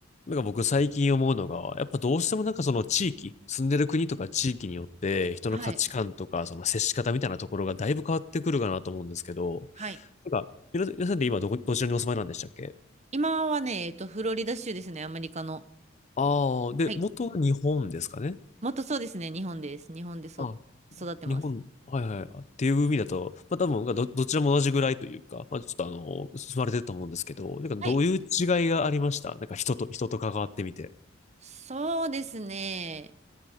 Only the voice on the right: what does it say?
はい。
はい。
今はね、えっと、フロリダ州ですね、アメリカの。
はい。
もっとそうですね、日本です。日本でそ、
育ってます。
はい。
そうですね。